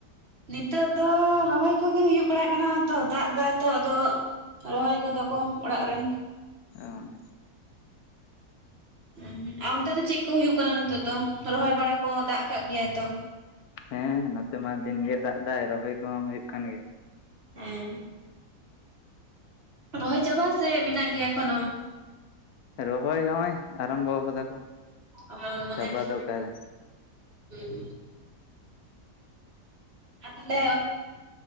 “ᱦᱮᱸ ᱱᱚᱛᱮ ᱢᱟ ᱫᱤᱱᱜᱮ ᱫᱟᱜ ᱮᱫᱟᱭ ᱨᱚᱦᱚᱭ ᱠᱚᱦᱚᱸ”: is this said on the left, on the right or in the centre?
Left